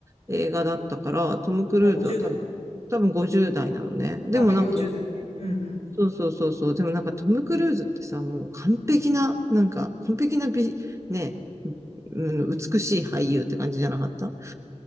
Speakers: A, on the right; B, on the left.
A: 映画だったから、トム・クルーズは多分、
B: まあ50代か。
A: 多分50代なのね。でもなんか、
B: あ、まあ40代ね。うん、うん。
A: そうそうそうそう。でもなんかトム・クルーズってさ、もう完璧な、なんか、完璧な美、ね、うん美しい俳優って感じじゃなかった